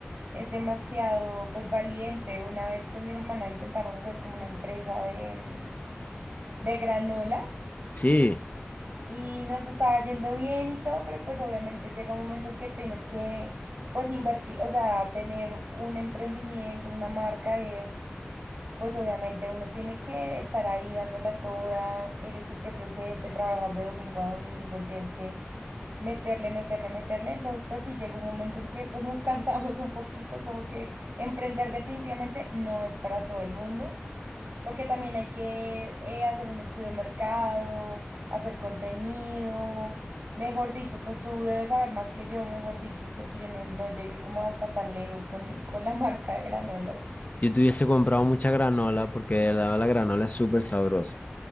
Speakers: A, on the right; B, on the left.
A: es demasiado, pues valiente. Una vez con mi hermana intentamos hacer como una empresa de, mm, de granolas
B: Sí,
A: y nos estaba yendo bien y todo, pero pues obviamente llega un momento en que tienes que, pues invertir, o sea, tener un emprendimiento, una marca es pues obviamente uno tiene que estar ahí dándola toda, eres tu propio jefe, trabajas de domingo a domingo, tienes que meterle, meterle, meterle. Entonces, pues sí, llegó un momento en que pues nos <laughs> cansamos un poquito, como que emprender definitivamente no es para todo el mundo, porque también hay que eh, hacer un estudio de mercado, hacer contenido, mejor dicho, pues tú debes saber más que yo, mejor dicho, porque yo no, no llegué como hasta tan lejos con, con la <laughs> marca de granolas.
B: yo te hubiese comprado mucha granola porque la, la granola es súper sabrosa.